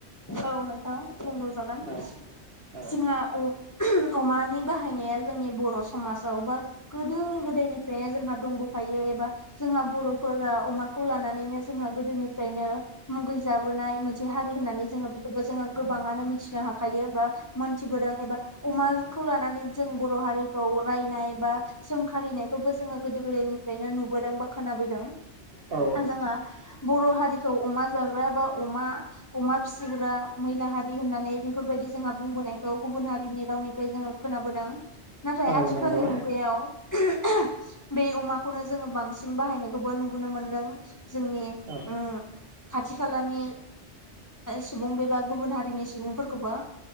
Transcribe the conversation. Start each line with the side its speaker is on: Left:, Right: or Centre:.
Left: औ नोंथां । बुंबाव जागोन
Right: औ
Left: जोंहा
Right: औ
Left: अ <unintelligible> अमानि बाहायनाया जोंनि बर समाजाव बा गोदो गोदायनिफ्रायनो जोंहा दंबोफायो एबा जोंहा बरफोरा अमाखौ लानानैनो जोंहा गोदोनिफ्रायनो मुगै जाबोनाय से हारि होननानै <unintelligible> खौबो जोङो गोबाङानो मिथिनो हाखायो बा मोनथिबोदों एबा अमाखौ लानानै जों बर हारिखौ रायनाय बा सोंखारिनायखौबो जोङो गोदो गोदायनिफ्रायनो नुबोदों बा खोनाबोदों ।
Right: औ
Left: जोङो बर' हारिखौ अमा जाग्रा बा अमा अमा फिसिग्रा मैला हारि होननानै बेफोरबायदि जोंहा बुंबोनायखौ गुबुन हारिनि रावनिफ्राय जोङो खोनाबोदों । नाथाय
Right: औ
Left: आथिखालनि
Right: नंगौ
Left: मुगायाव <unintelligible> बे अमाखौनो जोङो बांसिन बाहायनायखौबो नुबोनो मोनदों जोंनि
Right: औ
Left: ओ खाथि खालानि सुबुं बेबा गुबुन हारिनि सुबुंफोरखौबो